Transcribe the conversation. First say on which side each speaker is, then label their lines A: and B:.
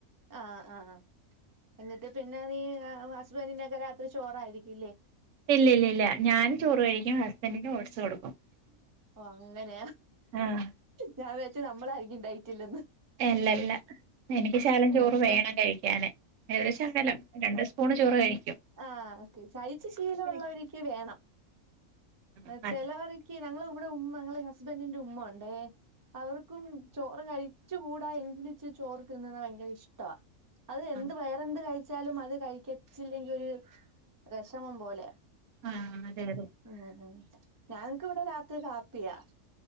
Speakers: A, on the right (about 30°); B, on the right (about 70°).
A: ആ ആ എന്നിട്ട് പിന്നെ നീ ഹസ്ബൻഡിനൊക്കെ രാത്രി ചോറായിരിക്കില്ലേ
B: ഇല്ലല്ല ല്ല ഞാൻ ചോറ് കഴിക്കും ഹസ്ബൻഡ്ന് ഓട്സ് കൊടുക്കും
A: ഓ അങ്ങനെ
B: ആഹ്
A: ഞാ വിചാര് ച്ച് നമ്മളായിരിക്കും ഡയറ്റിൽനിന്ന്
B: ഏ അല്ലല്ല എനിക്ക് ശകലം
A: ആഹ്
B: ചോറ് വേണം കഴിക്കാന് ഒരു ശകലം രണ്ട് സ്പൂണ് ചോറ് കഴി
A: ആ <unintelligible> കഴിച്ചു ശീലൊള്ളവര്ക്ക്
B: നിക്കും
A: വേണം
B: ആഹ്
A: ചെലോര്ക്ക്
B: അതെ
A: ഞങ്ങളെ ക്കൂടെ ഉമ്മ ഞങ്ങളെ ഹസ്ബൻഡിന്റെ ഉമ്മ ഉണ്ടേ അവര്ക്കും ചോറ് കഴിച്ചു കൂടാ എങ്കിലും ച്ച് ചോറ് തിന്ന്ന്നെ ഭയങ്കര ഇഷ്ടാ അത് എന്ത്
B: ആഹ്
A: വയറെന്ത് കഴി ച്ചാലും അത് കഴിക ചിൽ <unintelligible> <unintelligible> പോലെ
B: ആഹ് അതെ അതെ
A: ഉം ഉ <unintelligible> ഞാൻക്ക് ഇവിടെ രാത്രി കാപ്പിയാ